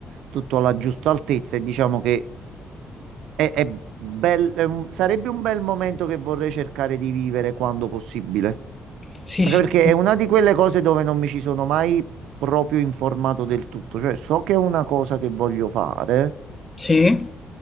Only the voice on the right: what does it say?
tutto alla giusta altezza e diciamo che è, è bel- è un- sarebbe un bel momento che vorrei cercare di vivere quando possibile.
Anche
perché
è una di quelle cose dove non mi ci sono mai proprio informato del tutto, cioè so che è una cosa che voglio fare,